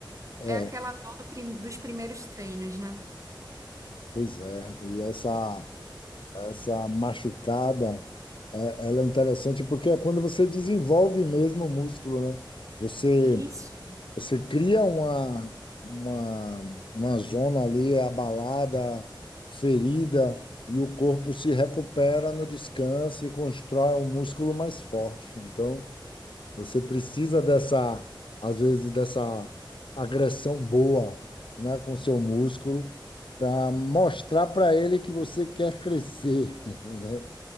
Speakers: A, on the left (about 80°); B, on the right (about 40°).
A: É,
B: é aquela dor do prim- dos primeiros treinos, né?
A: pois é. E essa, essa machucada, é, ela é interessante porque é quando você desenvolve mesmo o músculo, né? Você,
B: Isso,
A: você cria uma, uma, uma zona ali abalada, ferida, e o corpo se recupera no descanso e constrói um músculo mais forte. Então. Você precisa dessa, às vezes, dessa agressão boa, né, com seu músculo, para mostrar para ele que você quer crescer, <laughs> né?